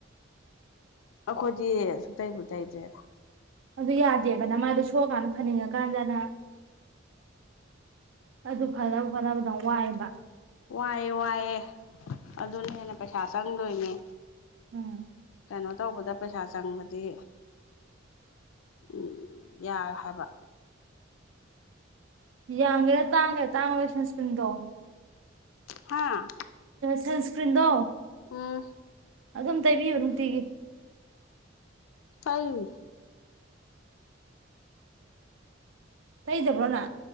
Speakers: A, on the left (about 85°); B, on the right (about 75°).
A: ꯑꯩꯈꯣꯏꯗꯤ ꯁꯨꯡꯛꯇꯩꯕꯨ ꯇꯩꯗ꯭ꯔꯦꯗ
B: ꯑꯗꯨ ꯌꯥꯗꯦꯕꯅ ꯃꯥꯗꯣ ꯁꯣꯛꯑꯀꯥꯟꯗ ꯐꯅꯤꯡꯉꯀꯥꯟꯗꯅ ꯑꯗꯨ ꯐꯅꯕ ꯈꯣꯠꯅꯕꯗ ꯋꯥꯏꯑꯕ
A: ꯋꯥꯏꯑꯦ ꯋꯥꯏꯑꯦ ꯑꯗꯨꯅ ꯍꯦꯟꯅ ꯄꯩꯁꯥ ꯆꯪꯗꯣꯏꯅꯦ
B: ꯎꯝ
A: ꯀꯩꯅꯣ ꯇꯧꯕꯗ ꯄꯩꯁꯥ ꯆꯪꯕꯗꯤ ꯎꯝ ꯌꯥꯔ ꯍꯥꯏꯕ
B: ꯌꯥꯡꯒꯦꯔꯥ ꯇꯥꯡꯒꯦ ꯇꯥꯡꯉꯈꯒꯦ ꯁꯪꯁꯀ꯭ꯔꯤꯟꯗꯣ
A: ꯍꯥ
B: ꯁꯟꯁꯀ꯭ꯔꯤꯟꯗꯣ
A: ꯎꯝ
B: ꯑꯗꯨꯝ ꯇꯥꯏꯕꯤꯌꯨ ꯅꯨꯡꯇꯤꯒꯤ
A: ꯇꯩ
B: ꯀꯩꯗꯕ꯭ꯔꯣꯅꯥ